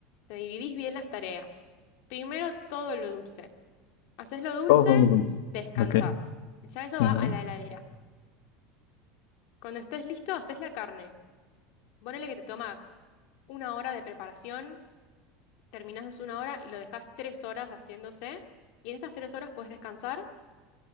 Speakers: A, on the left; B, on the left.
A: Te dividís bien las tareas. Primero todo lo dulce. Haces lo dulce,
B: Todos son menús.
A: descansás.
B: Ok.
A: Ya eso
B: Ujú.
A: va a la heladera. Cuando estés listo, haces la carne. Ponele que te toma una hora de preparación, terminás de una hora y lo dejas tres horas haciéndose. Y en esas tres horas puedes descansar